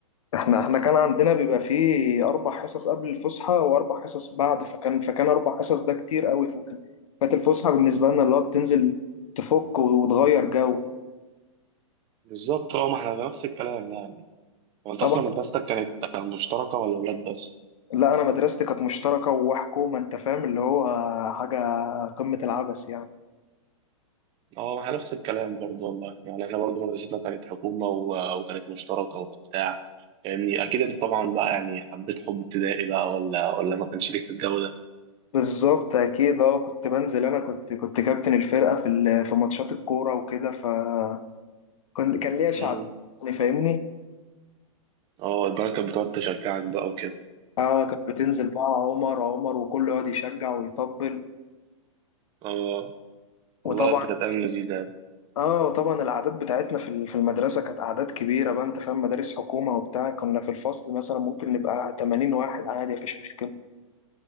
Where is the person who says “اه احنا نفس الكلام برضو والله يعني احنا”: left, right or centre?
Right